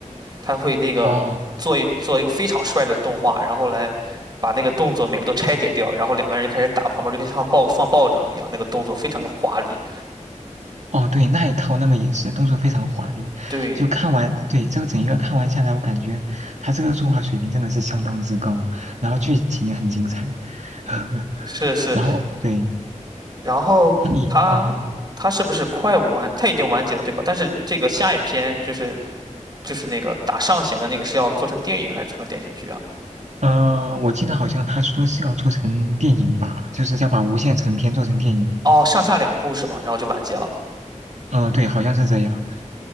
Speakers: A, on the right; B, on the right.
A: 他会那个做一做一个非常帅的动画，
B: 哦，
A: 然后来把那个动作每个都拆解掉，然后两个人就开始打，旁边就跟像爆放爆仗一样，那个动作非常的华丽。
B: 哦，对，那一套那个也是动作非常华丽，
A: 对，
B: 就看完，对，这个整一个看完下来，我感觉他这个作画水平真的是相当之高，然后剧情也很精彩，<laughs>
A: 是是，
B: 然后对，
A: 然后他他是不是快完？
B: 那你嗯
A: 他已经完结了对吧？但是这个下一篇就是就是那个打上弦的那个是要做成电影还是做成电视剧啊？
B: 呃，呃我记得好像他说是要做成电影吧，就是要把无限城篇做成电影，
A: 哦，上下两部是吗？然后就完结了。
B: 呃，对，好像是这样，